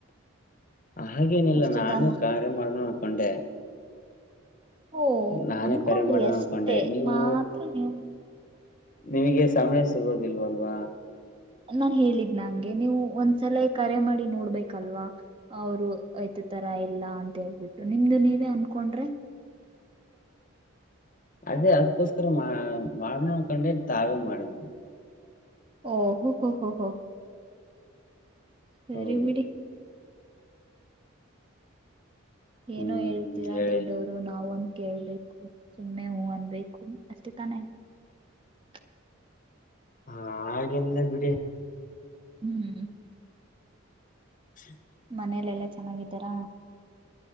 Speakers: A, on the left; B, on the right.
A: ಹಾಗೇನಿಲ್ಲ
B: ಅಷ್ಟೇ
A: ನಾನೇ
B: ತಾನೆ
A: ಕಾರ್ಯ ಮಾಡಣ ಅನ್ಕೊಂಡೆ
B: ಓ
A: ನಾನೇ
B: ಅನ್ಕೊಂಡ್ರಿ
A: ಕರೆ ಮಾಡೋಣ
B: ಅಷ್ಟೇ
A: ಅನ್ಕೊಂಡೆ. ನೀವು
B: ಮಾತ್ರ ನೀವು
A: ನಿಮಗೆ ಸಮಯ ಸಿಗೋದಿಲ್ವಲ್ವಾ
B: ನಾನ್ ಹೇಳಿದ್ನ ಹಂಗೆ ನೀವು ಒಂದ್ಸಲ ಕರೆ ಮಾಡಿ ನೋಡ್ಬೇಕಲ್ವಾ ಅವರು ಐತ ತರ ಇಲ್ಲ ಅಂತ ಹೇಳ್ಬಿಟ್ಟು ನಿಮ್ದು ನೀವೇ ಅನ್ಕೊಂಡ್ರೆ
A: ಅದೇ ಅದಕೋಸ್ಕರ ಮಾ ಮಾಡನ ಅನ್ಕೊಂಡೆನ್ ತಾವೇ ಮಾಡಿದ್ರಿ
B: ಓ ಹ ಹೋ ಹ ಹ ಸರಿ
A: ಹೌದು.
B: ಬಿಡಿ ಏನೋ
A: ಹ್ಮ್,
B: ಹೇಳ್ತೀರಾ
A: ಹೇಳಿ.
B: ದೊಡ್ಡವ್ರು ನಾವ್ಂತ ಕೇಳ್ಬೇಕು ಸುಮ್ಮನೆ ಹೂ ಅನ್ಬೇಕು ಅಷ್ಟೆ ತಾನೆ <unintelligible>
A: ಹಾ ಹಾಗೆಲ್ಲ ಬಿಡಿ
B: ಹ್ಮ್
A: ಹ್ಮ
B: ಮನೇಲೆ ಎಲ್ಲಾ ಚೆನ್ನಾಗಿದ್ದಾರಾ